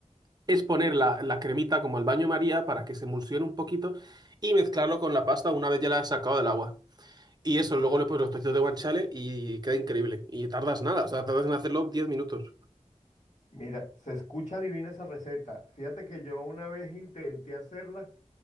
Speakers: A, on the right; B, on the left.
A: es poner la, la cremita como al baño María para que se emulsione un poquito y mezclarlo con la pasta una vez ya la has sacado del agua. Y eso, luego le pones los trocitos de guanciale y queda increíble. Y tardas nada, o sea, tardas en hacerlo diez minutos.
B: Mira, se escucha divina esa receta. Fíjate que yo una vez intenté hacerla